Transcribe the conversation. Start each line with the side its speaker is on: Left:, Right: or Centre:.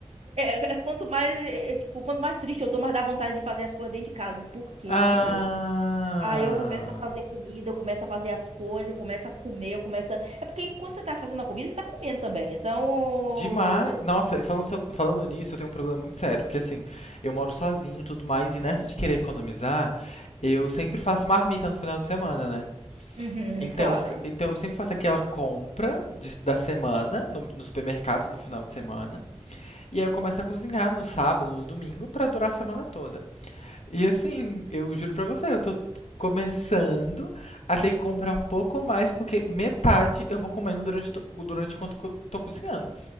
Right: É, é, quanto mais, é, é, tipo, quanto mais triste eu tô, mais dá vontade de fazer as coisas dentro de casa, porque,
Left: Ah,
Right: meu Deus. Aí eu começo a fazer comida, eu começo a fazer as coisas, eu começo a comer, eu começo a... É porque enquanto você tá fazendo a comida, você tá comendo também. Então.
Left: demais. Nossa, e falando, sob- falando nisso, eu tenho um problema muito sério, porque assim, eu moro sozinho e tudo mais, e nessa de querer economizar, eu sempre faço marmita no final de semana, né?
Right: Uhum,
Left: Então,
Right: claro.
Left: eu, se- então eu sempre faço aquela compra de- da semana no, no supermercado no final de semana, e aí eu começo a cozinhar no sábado, no domingo, pra durar a semana toda. E assim, eu juro pra você, eu tô começando a ter que comprar um pouco mais, porque metade eu vou comendo durante, o durante quanto eu tô cozinhando.